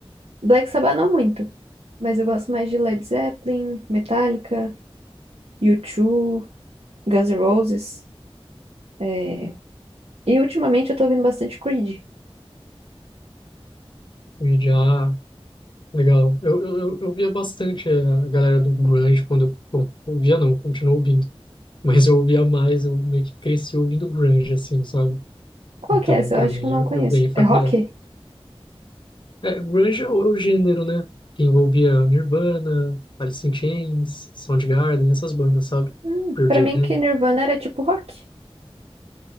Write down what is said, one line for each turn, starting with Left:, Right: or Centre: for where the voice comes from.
Right: Black Sabbath não muito, mas eu gosto mais de Led Zeppelin, Metallica, U2, Guns N' Roses. é, E ultimamente eu tô ouvindo bastante Creed.
Left: Já Legal. Eu, eu, eu eu via bastante a galera do grunge quando... eu- Bom, eu via não, continuo ouvindo. Mas eu ouvia mais, eu meio que cresci ouvindo grunge, assim, sabe?
Right: Qual
Left: Então,
Right: que é essa?
Left: para
Right: Eu acho
Left: mim,
Right: que eu não
Left: é,
Right: conheço.
Left: é bem familiar.
Right: É rock?
Left: É, grunge é o, é o gênero, né? Que envolvia Nirvana, Alice in Chains, Soundgarden, essas bandas, sabe?
Right: Hum.
Left: Pearl
Right: Pra
Left: Jam.
Right: mim que Nirvana era tipo rock.